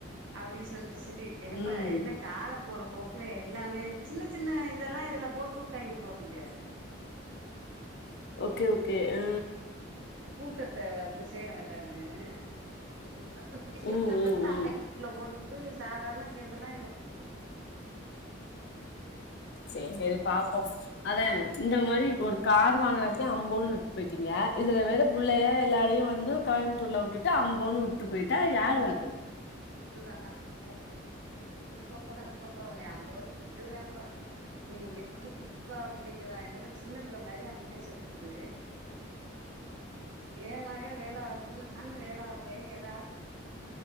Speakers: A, on the right (about 70°); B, on the left (about 55°).
A: அப்டின் சொல்லுச்சு சித்தி ஏப்பா
B: ம்
A: என்ன காலம் போன போக்குல எல்லாமே சின்ன சின்ன இதெல்லா இதுல போட்டு உட்டாய்ங்க போல கொஞ்ச
B: ஓகே ஓகே ஆ
A: கூட்டத்த வந்து சே வேண்டான்னு <unintelligible>
B: ம் ம் ம்
A: போட்டுபுட்டு சாதார் ண கேஸல்லா இது
B: சேரி பாப்போ அதா இந்த மாரி ஒரு கார் வாங்கன க்கே அம்போனு விட்டு போய்ட்டீங்க இதுல வேற புள்ளைய
A: ஆ
B: எல்லாரையு வந் து கோயமுத்தூர்ல விட்டுட்டு அம்போன்னு விட்டுட்டு போய்ட்டா யாரு பாக்குறது
A: <unintelligible> போகாதப்பா உன்ன அம்போனு விட்ருவான்பா நீ இங்க இருப்பா அப்படிங்கிதா என்னடா சின்ன புள்ளை மாரி அந் மாரி சொல்லுது ஏ மக வேல பாக்கு நானு‌ வேல பாப்பே எதா